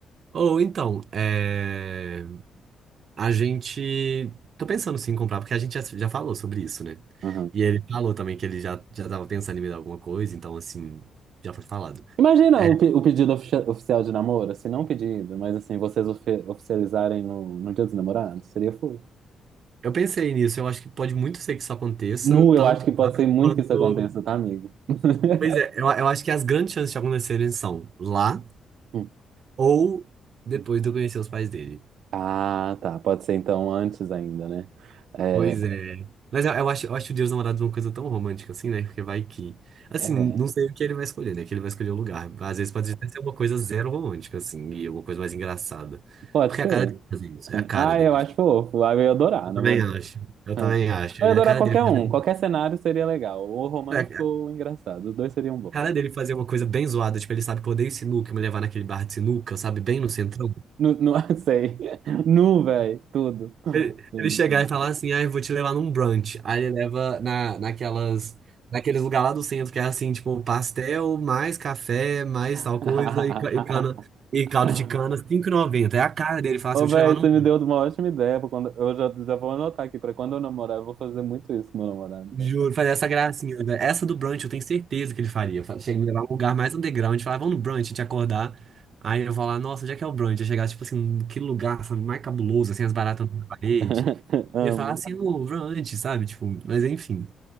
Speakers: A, on the right; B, on the right.
A: Ou então, é... A gente. Tô pensando sim em comprar, porque a gente já, já falou sobre isso, né?
B: uhum.
A: E ele falou também que ele já, já tava pensando em me dar alguma coisa, então assim, já foi falado.
B: Imagina
A: É,
B: o, pe- o pedido ofici- oficial de namoro, assim, não um pedido, mas assim, vocês ofe- oficializarem no, no Dia dos Namorados, seria fofo.
A: eu pensei nisso, eu acho que pode muito ser que isso aconteça,
B: Nu, eu
A: tanto
B: acho que pode
A: lá
B: ser muito
A: quanto.
B: que isso aconteça, tá, amigo? <laughs>
A: Pois é, eu, eu acho que as grandes chances de acontecerem são lá
B: Hum,
A: ou depois
B: hum.
A: de eu conhecer os pais dele.
B: Ah, tá, pode ser então antes ainda, né? É,
A: Pois é. Mas eu, eu acho, eu acho o Dia dos Namorados uma coisa tão romântica assim, né? Porque vai que. Assim,
B: é,
A: não sei o que ele vai escolher, né? Que ele vai escolher o lugar. Às vezes pode até ser uma coisa zero romântica, assim, e uma coisa mais engraçada.
B: pode
A: Porque
B: ser.
A: é a cara dele fazer isso, é a cara
B: Ah,
A: dele.
B: eu acho fofo, ah, eu ia adorar,
A: Eu também
B: na verdade.
A: acho. Eu
B: Ah.
A: também acho.
B: Eu
A: Ele,
B: ia adorar
A: é a cara
B: qualquer
A: dele fazer.
B: um, qualquer cenário seria legal, ou romântico
A: é
B: ou engraçado, os dois seriam bons.
A: a cara dele fazer uma coisa bem zoada, tipo, ele sabe que eu odeio sinuca, me levar naquele bar de sinuca, sabe? Bem no centrão.
B: Nu, nu, <laughs> sei. Nu, velho, tudo.
A: Ele
B: Tudo,
A: ele chegar
B: tudo.
A: e falar assim, ah, eu vou te levar num brunch. Aí ele leva na, naquelas, naqueles lugar lá do centro, que é assim, tipo, pastel, mais café, mais
B: <laughs>
A: tal coisa, e, ca- e cana,
B: Ah,
A: e caldo
B: ah.
A: de cana, cinco e noventa É a cara dele falar
B: Ô,
A: assim, eu
B: velho,
A: vou te levar num
B: você
A: brunch.
B: me deu uma ótima ideia. pra Quando... Eu já, já vou anotar aqui pra quando eu namorar, eu vou fazer muito isso com meu namorado, velho.
A: Juro, fazer essa gracinha, né? Essa do brunch eu tenho certeza que ele faria. Fa- Chega me levar num lugar mais underground, falar, vamos no brunch, te acordar. Aí eu vou lá, nossa, onde é que é o brunch? Eu chegar, tipo assim, que lugar, sabe, mais cabuloso, assim, as baratas na parede.
B: <laughs> Amo.
A: Ele falar assim, o brunch, sabe? Tipo, mas enfim.